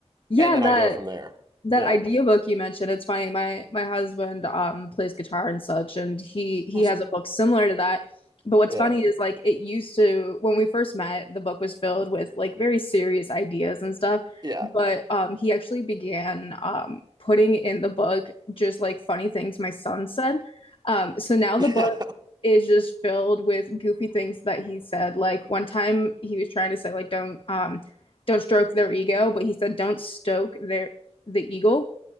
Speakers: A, on the left; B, on the right.
A: Yeah,
B: And then
A: that
B: I go from there.
A: That
B: Yeah.
A: idea book you mentioned, it's funny. My my husband um plays guitar and such, and he he
B: Awesome.
A: has a book similar to that. But what's
B: Yeah.
A: funny is like it used to when we first met, the book was filled with like very serious ideas and stuff.
B: Yeah.
A: But um he actually began um putting in the book just like funny things my son said. Um so now
B: Yeah.
A: the book is just filled with goofy things that he said. Like one time he was trying to say like don't um don't stroke their ego, but he said don't stoke their the eagle.